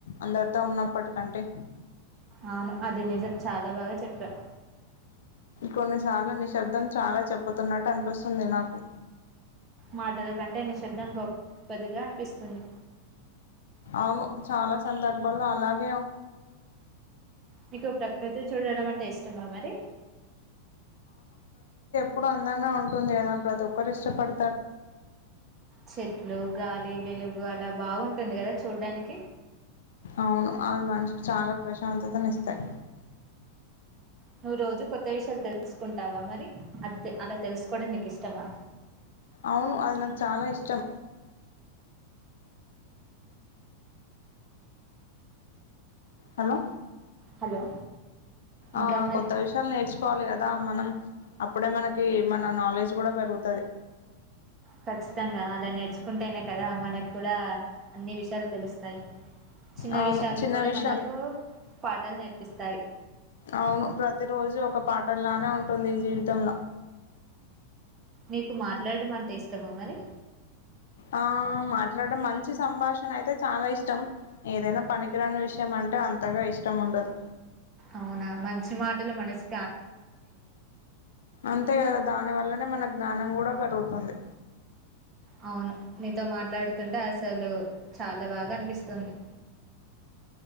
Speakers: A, on the left; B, on the right.
A: అందరితో ఉన్నప్పటికంటే
B: అవును అది నిజం చాలా బాగా చెప్పారు
A: కొన్నిసార్లు నిశ్శబ్దం చాలా చెప్పుతున్నట్టు అనిపిస్తుంది నాకు
B: మాటల కంటే నిశ్శబ్దం గొప్పదిగా అనిపిస్తుంది
A: అవును చాలా సందర్భాల్లో అలాగ
B: నీకు ప్రకృతి చూడడం అంటే ఇష్టమా మరి
A: ఇప్పుడు అందంగా ఉంటుంది కదా ప్రతి ఒక్కరు ఇష్టపడ్
B: చెట్లు గాలి వెలుగు అలా బావుంటుంది కదా చూడ్డానికి
A: అవును అవి మనసుుకు చాలా ప్రశాంతతని ఇస్తాయి
B: నువ్వు రోజు కొత్త విషయాలు తెలుసుకుంటావా మరి అది అలా తెలుసుకోవడం నీకు ఇష్టమా
A: అవును అది నాకు చాలా ఇష్టం హలో
B: హలో
A: ఆ
B: ఇంకా మరి
A: కొత్త విషయాలు నేర్చుకోవాలి కదా మనం అప్పుడే మనకి మన నాలెడ్జ్ కూడా పెరుగుతది
B: ఖచ్చితంగా అలా నేర్చుకుంటేనే కదా మనకు కూడా అన్ని విషయాలు తెలుస్తుా చిన్న
A: అవును
B: విషయాలు
A: చిన్న
B: కూడా
A: విషయాలు
B: మనకు పాటలు నేర్పిస్తాయి
A: అవును ప్రతి రోజు ఒక పాఠంలానే ఉంటుంది ఈ జీవితంలో
B: నీకు మాట్లాడడం అంటే ఇష్టమా మరి
A: ఆ మాట్లాడడం మంచి సంభాషణ అయితే చాలా ఇష్టం ఏదైనా పనికిరాని విషయం అంటే అంతగా ఇష్టం ఉండదు
B: అవునా మంచి మాటలు మనసు
A: అంతే కదా దాని వల్లనే మనకు జ్ఞానం కూడా పెరుగుతుంది
B: అవును మీీతో మాట్లాడుతుంటే అసలు చాలా బాగా అనిపిస్తుంది